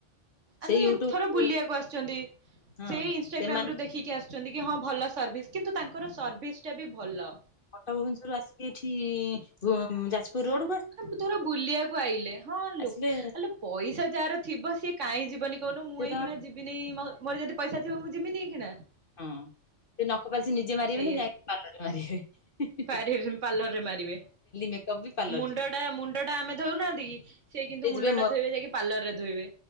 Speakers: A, on the left (about 45°); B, on the right (about 80°).
A: ସେଇ
B: ଆଲୋ
A: ୟୁଟ୍ୟୁବ
B: ଏଥର ବୁଲିଆକୁ ଆସିଛନ୍ତି
A: ହଁ
B: ସେଇ ଇନସଷ୍ଟାଗ୍ରାମ
A: ସେମାନେ
B: ରୁ ଦେଖିକି ଆସୁ ଚନ୍ତି କି ହଁ ଭଲ ସର୍ଭିସ୍ କିନ୍ତୁ ତାଙ୍କର ସର୍ଭିସ ଟା ବି ଭଲ।
A: କଟକ ଭୁବନେଶ୍ୱରରୁ ଆସିକି ଏଠି ଯାଜପୁର
B: ହଁ
A: ରୋଡ କୁ ଆସ
B: ଧର ବୁଲିଆକୁ ଆଇଲେ ହଁ ଲୋ,
A: ଆସିଲେ
B: ଆଲୋ ପଇସା ଯାହାର ଥିବ ସିଏ କାଇଁ ଯିବନି କହୁନୁ, ମୁଁ
A: ସେ
B: ହେଇକିନା
A: ତ ହଁ
B: ଯିବିନେଇ ମୋର ଯଦି ପଇସା ଥିବ ମୁଁ ଯବିନି ଏଇ ଖିଣା?
A: ହୁଁ ସେ ନଖ ପାଲିସି ନିଜେ ମାରିହେବେନି
B: ସେଇଆ
A: ଯାଇକି ପାର୍ଲରରେ ମାରିହେବେ।
B: ପାରି ପାର୍ଲରରେ ମାରିବେ
A: ମେକଅପ ବି ପାର୍ଲର
B: ମୁଣ୍ଡ
A: ଯିବେ
B: ଟା ମୁଣ୍ଡ ଟା ଆମେ ଧଉନାହାନ୍ତି କି ସିଏ କିନ୍ତୁ
A: ସେ ଯିବେ
B: ମୁଣ୍ଡ ଟା ଧୋଇବେ ଯାଇକି ପାର୍ଲର ରେ ଧୋଇବେ।